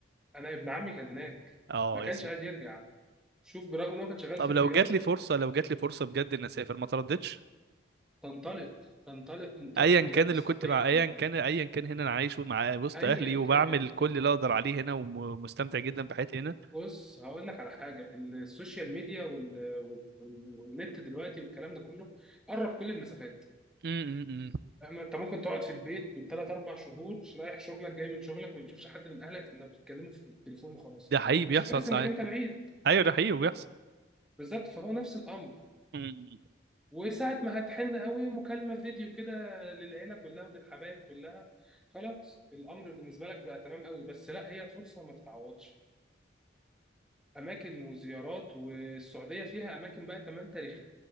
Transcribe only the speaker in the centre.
انا ابن عمي كان هناك
ما كانش
عايز يرجع شوف برغم ان هو كان شغال
في الرياض
تنطلق تنطلق انطلق
بجد
السعودية
بال...
ايا
كان
بص هقول لك على حاجه السوشيال ميديا وال... وال... والنت دلوقتي والكلام ده كله قرب كل المسافات
أما انت ممكن تقعد في البيت من ثلاث اربع شهور مش رايح شغلك جاي من شغلك ما بتشوفش حد من اهلك الا بتتكلموا في التليفون وخلاص
مش هتحس
انك انت بعيد
بالظبط فهو نفس الامر
وساعه ما هتحن قوي مكالمه فيديو كده للعيله كلها وللحبايب كلها خلاص الامر بالنسبه لك بقى تمام قوي بس لا هي فرصه ما تتعوضش اماكن وزيارات والسعوديه فيها اماكن بقى كمان تاريخيه